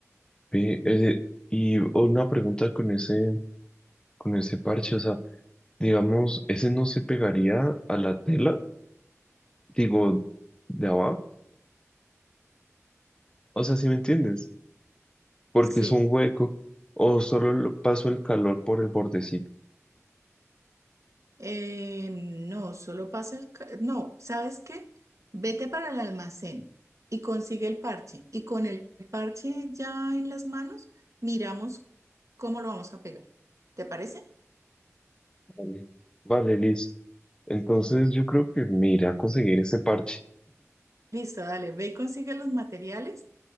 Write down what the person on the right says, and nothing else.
Sí.
Eh, no, solo pasa el... ca- No, ¿sabes qué? Vete para el almacén y consigue el parche. Y con el parche ya en las manos, miramos cómo lo vamos a pegar. ¿Te parece?
Listo, dale, ve y consigue los materiales